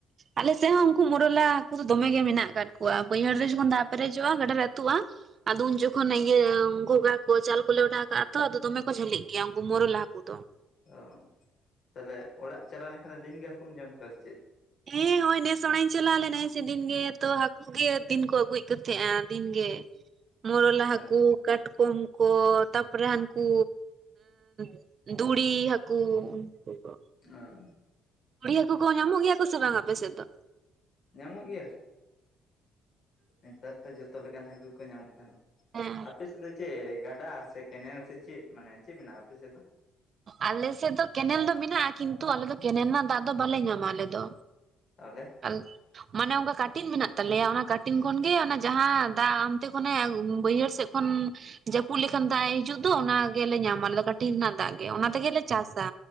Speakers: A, on the right; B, on the left.
A: ᱟᱞᱮ ᱥᱮᱱ ᱦᱚᱸ ᱩᱱᱠᱩ ᱢᱚᱨᱚᱞᱟ ᱦᱟᱹᱠᱩ ᱫᱚᱢᱮ ᱜᱮ ᱢᱮᱱᱟᱜ ᱟᱠᱟᱫ ᱠᱚᱣᱟ, ᱵᱟᱹᱭᱦᱟᱹᱲ ᱨᱮ ᱡᱚᱠᱷᱚᱱ ᱫᱟᱜ ᱯᱮᱨᱮᱡᱚᱜᱼᱟ ᱜᱟᱰᱟ ᱨᱮᱼᱼ ᱛᱩᱜᱼᱟ, ᱟᱫᱚ
B: ᱦᱩᱸ
A: ᱩᱱ ᱡᱚᱠᱷᱚᱱ ᱤᱭᱟᱹ ᱜ <unintelligible> ᱚᱜ ᱛᱚ ᱡᱟᱞ ᱠᱚᱞᱮ ᱚᱰᱟᱣ ᱠᱟᱜᱼᱟ ᱛᱚ ᱟᱫᱚ ᱫᱚᱢᱮ ᱠᱚ ᱡᱷᱟᱹᱞᱤᱜ ᱜᱮᱭᱟ ᱩᱱᱠᱩ ᱢᱚᱨᱚᱞᱟ ᱦᱟᱹᱠᱩ ᱫᱚ
B: ᱚ ᱛᱟᱦᱚᱞᱮ ᱚᱲᱟᱜ ᱪᱟᱞᱟᱣ ᱞᱮᱱᱠᱷᱟᱱ ᱫᱤᱱᱜᱮ ᱦᱟᱹᱠᱩᱢ ᱡᱚᱢ ᱠᱚᱣᱟ ᱥᱮ ᱪᱮᱫ?
A: ᱦᱮᱸ ᱱᱚᱜᱼᱚᱭ ᱱᱮᱥ ᱦᱚᱸ ᱚᱲᱟᱜ ᱤᱧ ᱪᱟᱞᱟᱣ ᱞᱮᱱᱟᱭ ᱥᱮ ᱫᱤᱱ ᱜᱮᱛᱚ ᱦᱟᱹᱠᱩᱼᱼ <unintelligible> ᱜᱮ ᱫᱤᱱ ᱠᱚ ᱟᱹᱜᱩᱭ ᱠᱚ ᱛᱟᱦᱮᱸᱜᱼᱟ ᱫᱤᱱ ᱜᱮ, ᱢᱚᱨᱚᱞᱟ
B: ᱦᱮᱸ
A: ᱦᱟᱹᱠᱩ ᱾ ᱠᱟᱴᱠᱚᱢ ᱠᱚ ᱛᱟᱯᱚᱨᱮ ᱦᱟᱱᱠᱩ <inaudible> ᱫᱩᱲᱤ ᱦᱟᱹᱠᱩ ᱩᱱᱠᱩ ᱠᱚ᱾
B: ᱟ
A: ᱫᱩᱲᱤ ᱦᱟᱹᱠᱩ ᱠᱚ ᱧᱟᱢᱚᱜ ᱜᱮᱭᱟ ᱥᱮ ᱵᱟᱝ ᱟᱯᱮ ᱥᱮᱫ ᱫᱚ?
B: ᱧᱟᱢᱚᱜ ᱜᱮᱭᱟ᱾ ᱱᱮᱛᱟᱨ ᱫᱚ ᱡᱚᱛᱚ ᱞᱮᱠᱟᱱ ᱦᱟᱠᱩ ᱠᱚ ᱧᱟᱢᱚᱜ ᱠᱟᱱᱟ᱾
A: ᱦᱮᱸ
B: ᱟᱯᱮ ᱥᱮᱫ ᱫᱚ ᱪᱮᱫ ᱜᱟᱰᱟ ᱥᱮ ᱠᱮᱱᱮᱞ ᱥᱮ ᱪᱮᱫ ᱢᱟᱱᱮ ᱪᱮᱫ ᱢᱮᱱᱟᱜᱼᱟ ᱟᱯᱮ ᱥᱮᱫ ᱫᱚ?
A: ᱟᱞᱮ ᱥᱮᱫ ᱫᱚ ᱠᱮᱱᱮᱞ ᱫᱚ ᱢᱮᱱᱟᱜᱼᱟ, ᱠᱤᱱᱛᱩ ᱟᱞᱮ ᱫᱚ ᱠᱮᱱᱮᱞ ᱨᱮᱱᱟᱜ ᱫᱟᱜ ᱫᱚ ᱵᱟᱞᱮ ᱧᱟᱢᱟ ᱟᱞᱮ ᱫᱚ᱾
B: ᱛᱟᱦᱚᱞᱮ?
A: <inaudible> ᱢᱟᱱᱮ ᱚᱱᱠᱟ ᱠᱟᱴᱤᱱ ᱢᱮᱱᱟᱜ ᱛᱟᱞᱮᱭᱟ ᱚᱱᱟ ᱠᱟᱴᱤᱱ ᱠᱷᱚᱱ ᱜᱮ ᱚᱱᱟ ᱡᱟᱸᱦᱟᱸ ᱫᱟᱜ ᱚᱱᱛᱮ ᱠᱷᱚᱱᱮ ᱵᱟᱹᱭᱦᱟᱹᱲ ᱥᱮᱫ ᱠᱷᱚᱱ ᱡᱟᱹᱯᱩᱫ ᱞᱮᱠᱷᱟᱱ ᱫᱟᱜ ᱮ ᱦᱤᱡᱩᱜ ᱫᱚ ᱚᱱᱟ ᱜᱮᱞᱮ ᱧᱟᱢᱟ ᱾ᱟᱞᱮ ᱫᱚ ᱠᱟᱹᱴᱤᱱ ᱨᱮᱱᱟᱜ ᱫᱟᱜ
B: ᱦᱮᱸ
A: ᱚᱱᱟ ᱛᱮᱜᱮ ᱞᱮ ᱪᱟᱥᱟ,